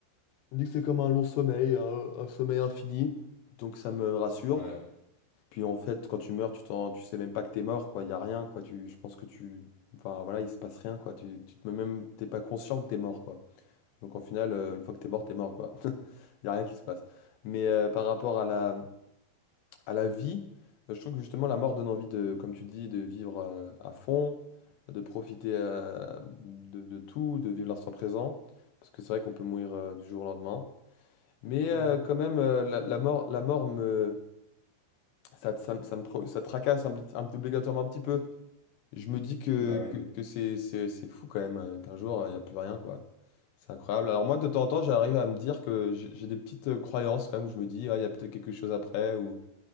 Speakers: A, on the left; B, on the right.
A: je me dis que c'est comme un long sommeil, un, un sommeil infini. Donc ça me rassure.
B: Ouais.
A: Puis en fait, quand tu meurs, tu t'en, tu sais même pas que t'es mort, quoi. Il y a rien, quoi. Tu, je pense que tu, enfin voilà, il se passe rien, quoi. Tu, tu te- même, t'es pas conscient que t'es mort, quoi. Donc au final, euh, une fois que t'es mort, t'es mort, quoi. <laughs> Il y a rien qui se passe. Mais euh, par rapport à la à la vie, euh, je trouve que justement la mort donne envie de, comme tu dis, de vivre euh, à fond, de profiter euh, de, de tout, de vivre l'instant présent, parce que c'est vrai qu'on peut mourir euh, du jour au lendemain. Mais
B: Mhm.
A: euh, quand même, euh, la, la mort, la mort me, ça, ça, me- ça me, pro- ça tracasse un, petit- un petit- obligatoirement un petit peu. Je me dis que,
B: Bah
A: que,
B: oui.
A: que c'est, c'est, c'est fou quand même, euh, qu'un jour, il n'y a plus rien, quoi. C'est incroyable. Alors moi, de temps en temps, j'arrive à me dire que j'ai j'ai des petites euh, croyances quand même, où je me dis, Ah, il y a peut-être quelque chose après, ou